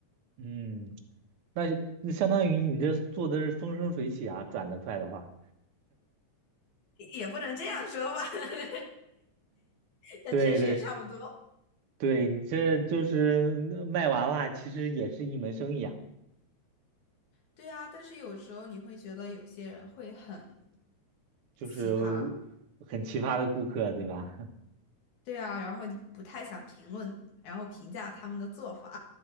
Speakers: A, on the right; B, on the left.
A: 嗯，那那相当于你这做的是风生水起啊，转得快的话，
B: 也不能这样说吧，<laughs> 但确实也差不多。
A: 对对对，你这就是呃卖娃娃，其实也是一门生意啊，
B: 对啊，但是有时候你会觉得有些人会很
A: 就是
B: 奇葩，
A: 很奇葩的顾客，对吧？<laughs>
B: 对啊，然后你不太想评论，然后评价他们的做法。